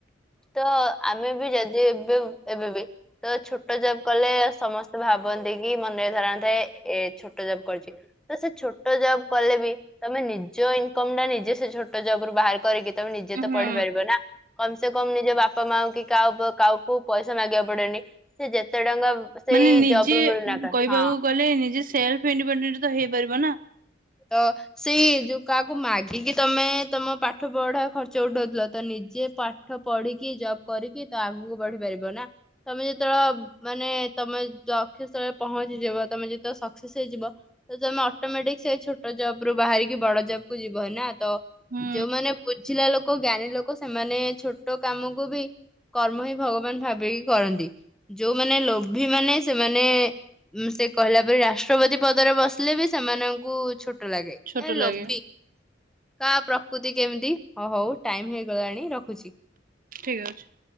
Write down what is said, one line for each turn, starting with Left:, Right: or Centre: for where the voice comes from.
Centre: ତ ଆମେ ବି ଯଦି ଏବେ ଏବେ ବି ତ ଛୋଟ ଜବ କଲେ ସମସ୍ତେ ଭାବନ୍ତି କି ମନେ ଥାନ୍ତେ ଏ ଛୋଟ ଜବ କରିୁଛି ତ ସେ ଛୋଟ ଜବ କଲେ ବି ତମେ ନିଜ ଇ କମ ଟା ନିଜେ ସେ ଛୋଟ ଜବ ରୁ ବାହାର କରିକି ତମେ ନିଜେ
Right: ହୁଁ।
Centre: ତ ପଢିପାରିବ ନା। କମ୍ ସେ କଣ ନିଜ ବାପା ମା କି କା କାହାକୁ ପଇସା ମାଗିବାକୁ ପଡେନି ସେ ଯେତେ ଟଙ୍କା ସେଇ
Right: ମାନେ ନିଜେ
Centre: ଜବ୍ ରୁ ମିଳୁନା କା
Right: କହିବାକୁ
Centre: ହଁ
Right: ଗଲେ ନିଜେ ସେଲଫ ଇଣ୍ଡିପେଣ୍ଡେଣ୍ଟ ତ ହେଇପାରିବ ନା।
Centre: ତ ସେଇ ଯୋଉ କାହାକୁ ମାଗିକି ତମେ ତମ ପାଠ ପଢା ଖର୍ଚ୍ଚ ଉଠଉଥିଲ ତ ନିଜେ ପା ପାଠ ପଢିକି ଜବ୍ କରିକି ତ ଆଗକୁ ବଢି ପାରିବ ନା। ତମେ ଯେତେବେଳ ମାନେ ତମେ ଦକ୍ଷସ୍ଥଳେ ପହଞ୍ଚିଯିବ ତମେ ଯେତେବେଳେ ସକ୍ସେସ୍ ହେଇଯିବ ତ ତମେ ଅଟୋମେଟିକ ସେ ଛୋଟ ଜବ ରୁ ବାହାରିକି ବଡ ଜବ କୁ ଯିବ ନା ତ
Right: ହୁଁ।
Centre: ଯୋଉମାନେ ବୁଝିଲା ଲୋକ ଜ୍ଞାନୀ ଲୋକ ସେମାନେ ଛୋଟ କାମକୁ ବି କର୍ମ ହିଁ ଭଗବାନ ଭାବିକି କରନ୍ତି ଯୋଉମାନେ ଲୋଭୀ ମାନେ ସେମାନେ ଉଁ ସେ କହିଲା ପରେ ରାଷ୍ଟ୍ରପତି ପଦରେ ବସିଲେ ବି ସେମାନଙ୍କୁ ଛୋ ଟ ଲାଗେ
Right: ଛୋଟ
Centre: ଏ ଲୋଭି।
Right: ଲାଗେ
Centre: କା ପ୍ରକୃତି କେମିତି ହଉ ହଉ ଟାଇମି ହେଇଗଲାଣି ରଖୁଛି।
Right: ଠିକ୍ ଅଛି।